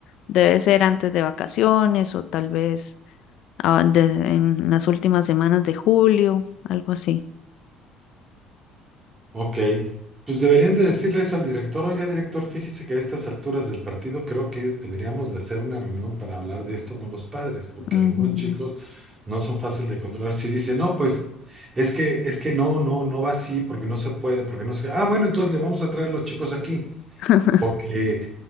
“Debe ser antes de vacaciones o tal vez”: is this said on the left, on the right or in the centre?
Left